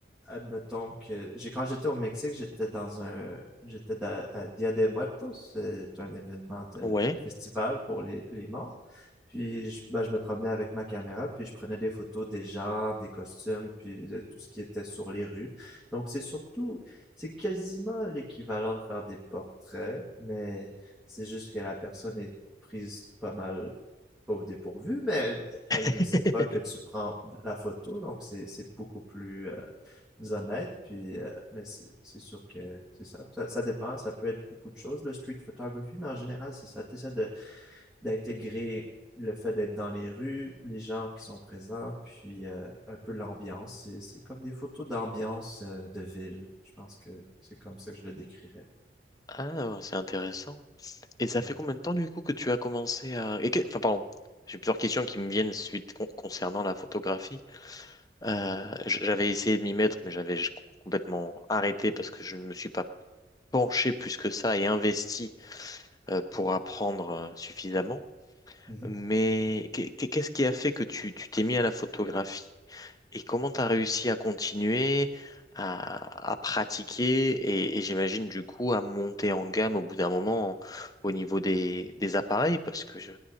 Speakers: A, in the centre; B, on the left.
A: admettons que, j'ai, quand j'étais au Mexique, j'étais dans un, j'étais da- à Dia de Muertos, c'est un événement de,
B: Ouais.
A: un festival pour les, les morts. Puis, je, ben, je me promenais avec ma caméra, puis je prenais des photos des gens, des costumes, puis de tout ce qui était sur les rues. Donc, c'est surtout, c'est quasiment l'équivalent de faire des portraits, mais c'est juste que la personne est prise pas mal, pas au dépourvu, mais elle ne
B: <laughs>
A: sait pas que tu prends la photo, donc c'est c'est beaucoup plus euh, honnête. Puis, euh, mais c'est c'est sûr que c'est ça. ça. ça dépend, ça peut être beaucoup de choses, le street photography, mais en général, c'est ça. Tu essaies de d'intégrer le fait d'être dans les rues, les gens qui sont présents, puis euh, un peu l'ambiance. C'est c'est comme des photos d'ambiance euh, de ville. Je pense que c'est comme ça que je le décrirais.
B: Ah, c'est intéressant. Et ça
A: Ouais.
B: fait combien de temps du coup que tu as commencé à... et que- Enfin, pardon, j'ai plusieurs questions qui me viennent suite con- concernant la photographie. Euh, j- j'avais essayé de m'y mettre, mais j'avais j- complètement arrêté parce que je ne me suis pas penché plus que ça et investi euh, pour apprendre euh, suffisamment.
A: Mhm.
B: Mais qu'est- qu'est- qu'est-ce qui a fait que tu tu t'es mis à la photographie? Et comment tu as réussi à continuer, à, à pratiquer et, et j'imagine du coup à monter en gamme au bout d'un moment au niveau des, des appareils parce que je-